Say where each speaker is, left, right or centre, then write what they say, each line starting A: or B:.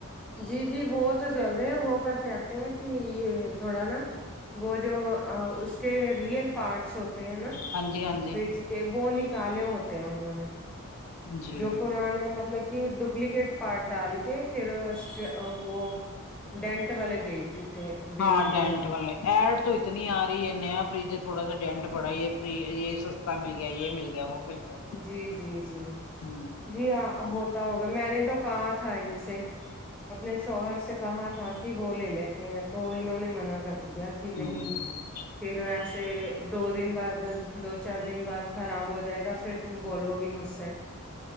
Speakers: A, in the centre; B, on the left.
A: جی جی وہ تو چل رہے ہیں وہ پر کہتے ہیں کہ یہ تھوڑا نا وہ جو اس کے ریئل پارٹس ہو ہیں نا
B: ہاں جی ہاں جی
A: فج کے وہ نکالے ہوتے ہیں انہوں نے
B: جی
A: جو پرانے مطلب کہ ڈوپلیکیٹ پارٹ ڈال کے پھر اس کے وہ ڈینٹ والے بیچ دیتے بیچتے
B: ہاں ڈینٹ
A: ہیں وہ
B: والے ایڈ تو اتنی آ رہی ہے نیا فریج ہے تھوڑا سا ڈنڈ پڑا یہ فری یہ سستا مل گیا یہ مل گیا وہ مل گیا
A: جی جی جی
B: ہ
A: جی ہ ہوتا ہوگا میں نے تو کہاں تھا ان سے اپنے شوہر سے کہا تھا کہ وہ لے لیتے ہیں تو انہوں نے منع کر دیا کہ نہیں
B: ہ
A: پھر ایسے دو دن بعد دو چار دن بعد خراب ہو جائے گا پھر تم بولو گی مجھ سے